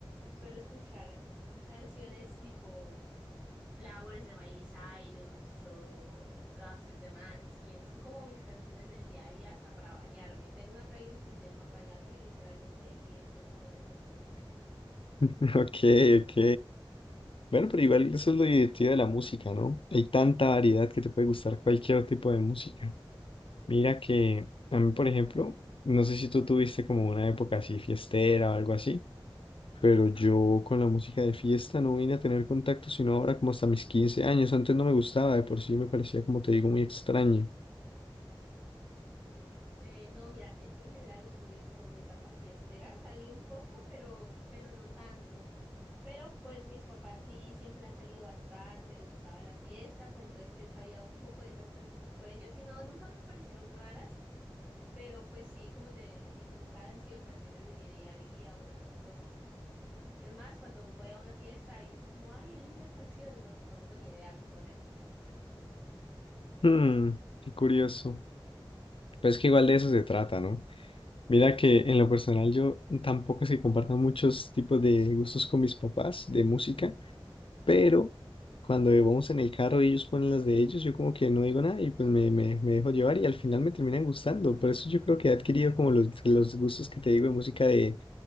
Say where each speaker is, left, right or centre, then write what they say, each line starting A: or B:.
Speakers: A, on the right; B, on the left.
A: suelo escuchar canciones tipo Flowers de Miley Cyrus o Gossip de Manskin, son como mis canciones del día a día hasta para bañarme. Tengo una playlist que se llama Bañarme literalmente y están como esas canciones ahí.
B: <laughs> Ok, ok. Bueno, pero igual eso es lo divertido de la música, ¿no? Hay tanta variedad que te puede gustar cualquier tipo de música. Mira que a mí, por ejemplo, no sé si tú tuviste como una época así fiestera o algo así, pero yo con la música de fiesta no vine a tener contacto sino ahora como hasta mis 15 años. Antes no me gustaba, de por sí me parecía, como te digo, muy extraño.
A: Eh, no, mira que yo en general no tuve como mi etapa fiestera, salí un poco, pero, pero no tanto. Pero pues mis papás sí siempre han salido bastante, les gustaba la fiesta, pues entonces se sabía un poco de esas canciones por ellos y no, nunca me parecieron raras, pero pues sí, como te digo, nunca han sido canciones de mi día a día o esas cosas. Es más, cuando voy a una fiesta y son como, ay, elige una canción, no, no tengo ni idea qué poner.
B: Hmm, qué curioso. Pues que igual de eso se trata, ¿no? Mira que en lo personal yo tampoco es que comparta muchos tipos de gustos con mis papás de música. Pero cuando vamos en el carro y ellos ponen las de ellos, yo como que no digo nada y pues me, me, me dejo llevar y al final me terminan gustando. Por eso yo creo que he adquirido como los, los gustos que te digo de música de,